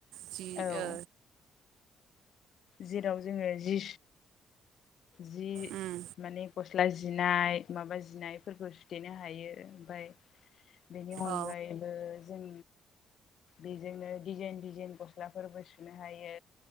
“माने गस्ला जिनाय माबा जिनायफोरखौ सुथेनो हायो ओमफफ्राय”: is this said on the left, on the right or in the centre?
Left